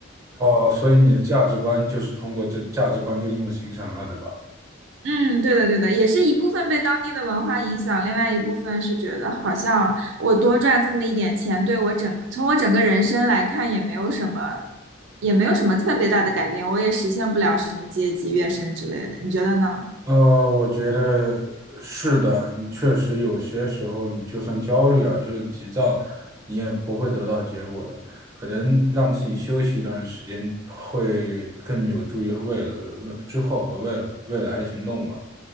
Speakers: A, on the right; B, on the right.
A: 哦，所以你的价值观就是通过这价值观就这么形成了，对吧？
B: 嗯，对的，对的，也是一部分被当地的文化影响，另外一部分是觉得好像我多赚这么一点钱，对我整，从我整个人生来看也没有什么，也没有什么特别大的改变，我也实现不了什么阶级跃升之类的，你觉得呢？
A: 呃，我觉得是的，确实有些时候你就算焦虑啊，就算急躁，你也不会得到结果的。可能让自己休息一段时间，会更有助于未来，未未之后和未来未来的行动吧。